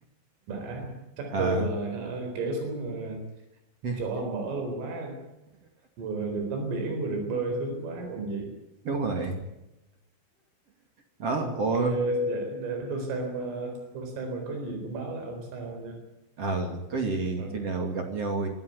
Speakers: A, on the right (about 85°); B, on the right (about 40°).
A: đã chắc
B: à,
A: tôi là hả, kéo xuống ờ,
B: <laughs>
A: chỗ ông mở luôn quá vừa được tắm biển vừa được bơi sướng quá còn gì
B: đúng rồi đó
A: ok
B: ôi
A: vậy để tôi xem ờ, tôi xem mà có gì tôi báo lại ông sau nha
B: ờ có gì
A: Ờ.
B: khi nào gặp nhau